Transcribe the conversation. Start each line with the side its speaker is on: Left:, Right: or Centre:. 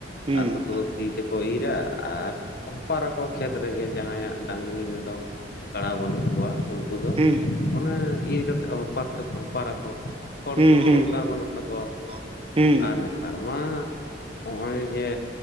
Right: ᱦᱩᱸ
Left: ᱟᱨ ᱠᱚ ᱛᱚ ᱫᱚ ᱛᱤ ᱛᱮᱠᱚ ᱤᱨᱟ ᱟᱨ ᱦᱚᱯᱟᱨᱟ ᱠᱚ ᱠᱷᱮᱛ ᱨᱮᱜᱮ ᱡᱟᱦᱟᱸ ᱭᱟᱜ ᱰᱟᱝᱜᱽᱨᱤ ᱢᱮᱰᱚᱢᱼᱼ ᱠᱟᱲᱟ ᱵᱟᱹᱱᱩᱜ ᱠᱚᱣᱟ ᱩᱱᱠᱩ ᱫᱚᱼᱼ
Right: ᱦᱩᱸ
Left: ᱚᱱᱮ ᱤᱨ ᱠᱟᱛᱮᱜ ᱦᱚᱯᱟᱛ ᱛᱟᱠᱚ ᱦᱚᱯᱟᱨᱟ ᱠᱚ ᱠᱷᱚᱲ
Right: ᱦᱩᱸ
Left: ᱫᱚ
Right: ᱦᱩᱸ
Left: ᱫᱚᱨᱠᱟᱨ ᱵᱟᱱᱩᱜ ᱛᱟᱠᱚᱣᱟ᱾
Right: <unintelligible> ᱦᱩᱸ᱾
Left: ᱟᱨ ᱱᱮᱛᱟᱨ ᱢᱟ ᱼᱼ ᱦᱚᱸᱜᱼᱚᱭ ᱡᱮ